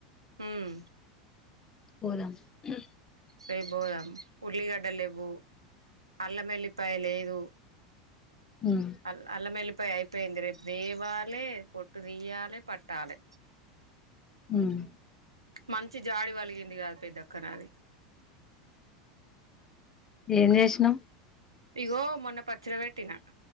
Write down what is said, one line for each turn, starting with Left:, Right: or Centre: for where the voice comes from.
Right: ఉమ్
Left: పోదమా మ్
Right: రేపు పోదాం ఉల్లిగడ్డ లేవు, అల్లం మెల్లిపాయ లేదు.
Left: ఉమ్
Right: అల్ అల్లమెల్లిపాయ అయిపోయిందీ రెప్. దేవాలే పొట్టు తీయ్యాలి పట్టాలే.
Left: ఉమ్.
Right: మంచి జాడి వలిగింది కాద పెద్దక్క నాది.
Left: ఏంచేసినావ్.
Right: ఇగో మొన్న పచ్చడి పెట్టిన